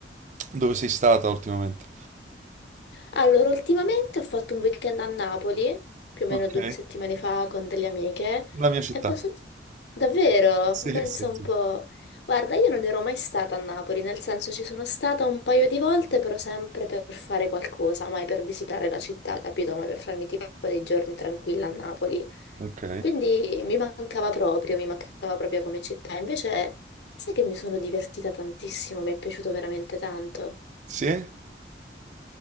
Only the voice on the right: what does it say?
dove sei stata ultimamente?
Ok,
la mia città.
Sì,
sì.
sì.
Ok.
Sì?